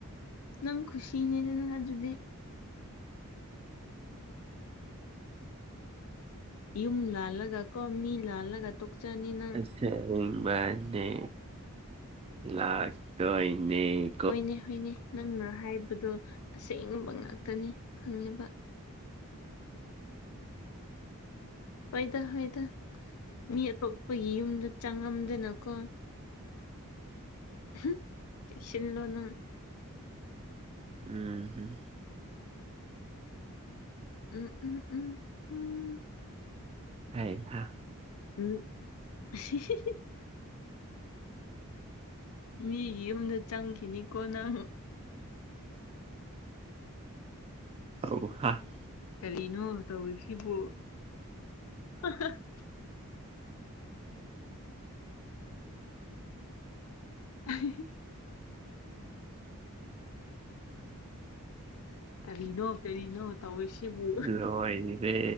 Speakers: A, on the left (about 75°); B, on the right (about 25°).
A: ꯅꯪ ꯈꯨꯁꯤ ꯅꯦꯅꯅ ꯍꯥꯏꯕꯗꯨꯗꯤ ꯌꯨꯝ ꯂꯥꯜꯂꯒ ꯀꯣ ꯃꯤ ꯂꯥꯜꯂꯒ ꯇꯣꯛꯆꯅꯤ ꯅꯪ
B: ꯁꯦꯡꯕꯅꯦ ꯂꯥꯛꯇꯣꯏꯅꯦ
A: ꯍꯣꯏꯅꯦ ꯍꯣꯏꯅꯦ ꯅꯪꯅ ꯍꯥꯏꯕꯗꯣ ꯑꯁꯦꯡꯕ ꯉꯥꯛꯇꯅꯤ ꯈꯪꯉꯦꯕ ꯍꯣꯏꯗ ꯍꯣꯏꯗ ꯃꯤ ꯑꯇꯣꯞꯄꯒꯤ ꯌꯨꯝꯗ ꯆꯪꯉꯝꯗꯅꯀꯣ ꯍꯨꯝ ꯆꯦꯛꯁꯤꯂꯣ ꯅꯪ
B: ꯎꯝ
A: ꯎꯝ ꯎꯝ ꯎꯝ ꯎꯝ
B: ꯍꯩ ꯍꯥ
A: ꯎꯝ <unintelligible> ꯃꯤꯒꯤ ꯌꯨꯝꯗ ꯆꯪꯈꯤꯅꯤꯀꯣ ꯅꯪ
B: ꯍꯧꯍꯥ <unintelligible>
A: ꯀꯔꯤꯅꯣ ꯇꯧꯔꯤꯁꯤꯕꯨ <unintelligible> ꯑ <unintelligible> ꯀꯔꯤꯅꯣ ꯀꯔꯤꯅꯣ ꯇꯧꯏꯁꯤꯕꯨ
B: ꯂꯣꯏ ꯔꯦ